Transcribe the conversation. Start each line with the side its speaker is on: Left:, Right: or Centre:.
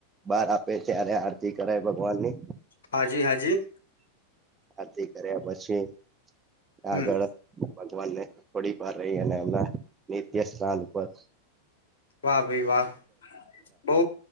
Right: બાર આપે, ત્યારે આરતી કરે ભગવાન ની.
Left: હાજી-હાજી.
Right: આરતી કર્યા પછી
Left: હમ
Right: આગળ ભગવાન ને થોડીક વાર રહી અને એમના નિત્ય સ્થાન પર
Left: વાહ ભઈ, વાહ! બઉ